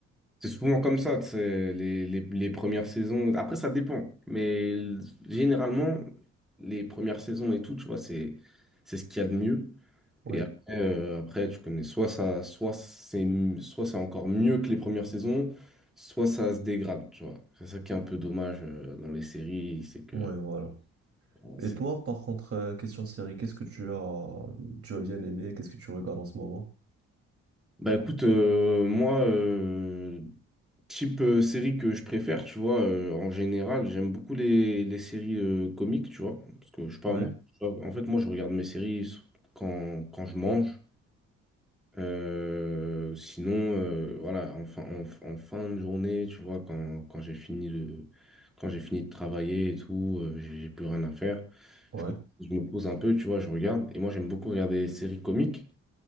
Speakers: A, in the centre; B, on the right.
A: c'est souvent comme ça, tu sais, les, les, les premières saisons. Après, ça dépend, mais l- généralement, les premières saisons et tout, tu vois, c'est c'est ce qu'il y a de mieux.
B: Oui.
A: Et après, euh, après, tu connais, soit ça, soit c'est, soit c'est encore mieux que les premières saisons, soit ça se dégrade, tu vois. C'est ça qui est un peu dommage euh, dans les séries, c'est que...
B: Ouais, voilà.
A: bon, c'est-
B: Et toi, par contre, euh, question série, qu'est-ce que tu as, tu as bien aimé? Qu'est-ce que tu regardes en ce moment?
A: Bah écoute, euh, moi, euh, type euh, série que je préfère, tu vois, euh, en général, j'aime beaucoup les, les séries euh, comiques, tu vois. Parce que je sais pas,
B: Ouais,
A: moi, je- en fait, moi, je regarde mes séries quand, quand je mange. Euh, sinon, euh, voilà, en fin, en, en fin de journée, tu vois, quand, quand j'ai fini de, quand j'ai fini de travailler et tout, euh, j'ai j'ai plus rien à faire.
B: ouais.
A: Je, me je me pose un peu, tu vois, je regarde. Et moi, j'aime beaucoup regarder des séries comiques.